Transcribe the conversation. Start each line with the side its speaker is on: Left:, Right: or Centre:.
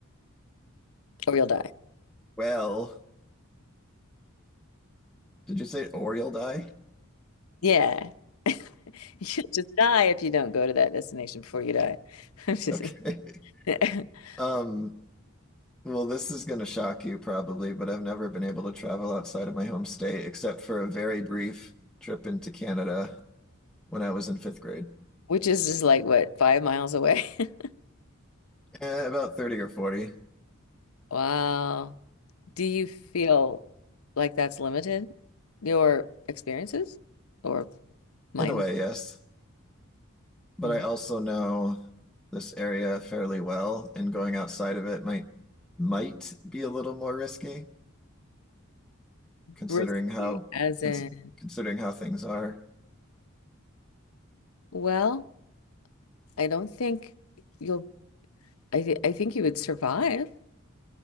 Left: or you'll die?
Centre: Well, did you say or you'll die?
Left: Yeah. <laughs> You'll just die if you don't go to that destination before you die. <laughs> Just-
Centre: Okay. <laughs>
Left: <laughs>
Centre: Um, well, this is gonna shock you probably, but I've never been able to travel outside of my home state except for a very brief trip into Canada when I was in fifth grade.
Left: which is just like what, five miles away? <laughs>
Centre: Eh, about 30 or 40.
Left: Wow. Do you feel like that's limited your experiences or mine?
Centre: In a way, yes. But
Left: Mhm.
Centre: I also know this area fairly well, and going outside of it might might be a little more risky. considering
Left: Risky,
Centre: how
Left: as in,
Centre: cons considering how things are.
Left: well, I don't think you'll, I, th I think you would survive.